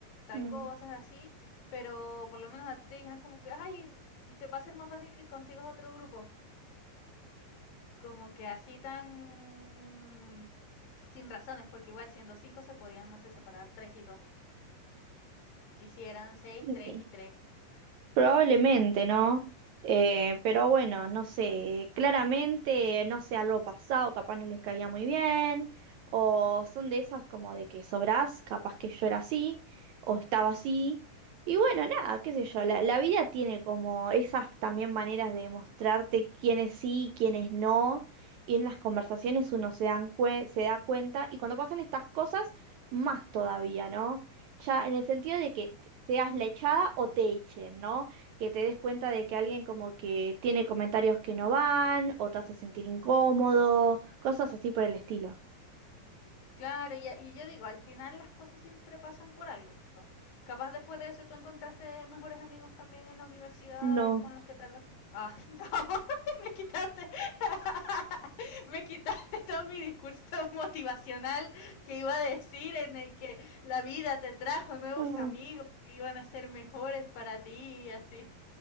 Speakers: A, on the left; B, on the right.
A: tal
B: mm,
A: cosas así, pero por lo menos a ti te dijeron como que, ay, te va a ser más fácil que consigas otro grupo, como que así tan sin razones, porque igual siendo cinco se podían, no sé, separar tres y dos, y si eran seis,
B: mm.
A: tres y tres.
B: Probablemente, ¿no? Eh, pero bueno, no sé, claramente, no sé, algo pasado, capaz no les caía muy bien, o son de esas como de que sobrás, capaz que yo era así, o estaba así, y bueno, nada, qué sé yo, la, la vida tiene como esas también maneras de mostrarte quiénes sí y quiénes no, y en las conversaciones uno se dan cue- se da cuenta, y cuando pasan estas cosas, más todavía, ¿no? Ya en el sentido de que t- seas la echada o te echen, ¿no? que te des cuenta de que alguien como que tiene comentarios que no van o te hace sentir incómodo, cosas así por el estilo.
A: Claro, y a y yo digo, al final las cosas siempre pasan por algo. Capaz después de eso tú encontraste mejores amigos también en la universidad
B: No.
A: con los que tal vez ah, <laughs> no, me quitaste <laughs> me quitaste todo mi discurso <laughs> motivacional que iba a decir, en el que la vida te trajo nuevos
B: Ah.
A: amigos que iban a ser mejores para ti, así.